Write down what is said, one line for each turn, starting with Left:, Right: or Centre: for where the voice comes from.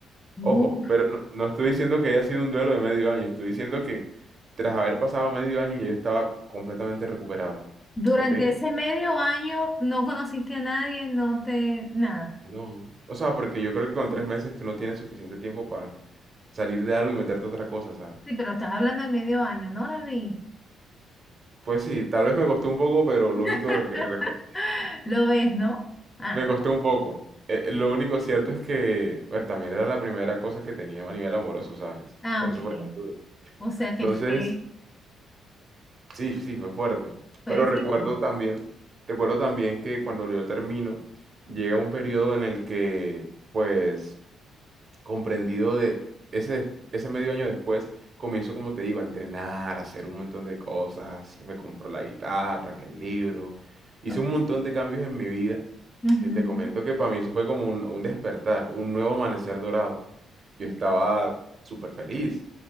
Left: bu-
Right: Ojo, pero no, no estoy diciendo que haya sido un duelo de medio año, estoy diciendo que tras haber pasado medio año ya yo estaba completamente recuperado,
Left: Durante
Right: ¿ok?
Left: ese medio año no conociste a nadie, no te, nada.
Right: No. O sea, porque yo creo que con tres meses tú no tienes suficiente tiempo para salir de algo y meterte a otra cosa, ¿sabes?
Left: Sí, pero estás hablando de medio año, ¿no, David?
Right: Pues sí, tal vez me costó un poco, pero lo único
Left: <laughs>
Right: que recuerdo...
Left: Lo ves, ¿no? Ah,
Right: Me costó un poco. Eh, eh, lo único cierto es que bueno, también era la primera cosa que tenía a nivel amoroso, ¿sabes?
Left: ah,
Right: Por
Left: ok.
Right: eso fue tan duro.
Left: O sea que
Right: Entonces,
Left: fue,
Right: sí, sí, fue fuerte.
Left: fue
Right: Pero
Left: difícil.
Right: recuerdo también, recuerdo también que cuando yo termino, llega un periodo en el que, pues, comprendido de ese, ese medio año después, comienzo, como te digo, a entrenar, a hacer un montón de cosas. Me compró la guitarra, que el libro. Hice
Left: Ok.
Right: un montón de cambios en mi vida.
Left: Ujú,
Right: Y te comento que para mí eso fue como un, un despertar, un nuevo amanecer dorado. Yo
Left: ok.
Right: estaba súper feliz.